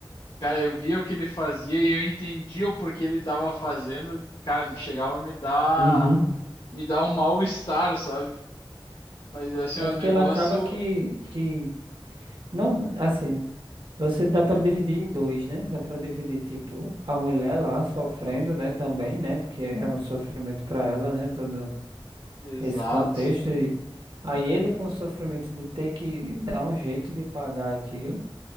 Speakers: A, on the left; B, on the right.
A: Cara, eu via o que ele fazia e eu entendia o porquê ele estava fazendo. Cara, chegava a me dar,
B: Uhum.
A: me dar um mal-estar, sabe? Mas assim,
B: É
A: é
B: porque
A: um negócio.
B: ela acaba que que Não, assim, você dá para dividir em dois, né? Dá para dividir, tipo, a mulher lá sofrendo, né, também, né? Porque é um sofrimento para ela, né? Todo
A: Exato.
B: esse contexto. E aí ele com o sofrimento de ter que dar um jeito de pagar aquilo.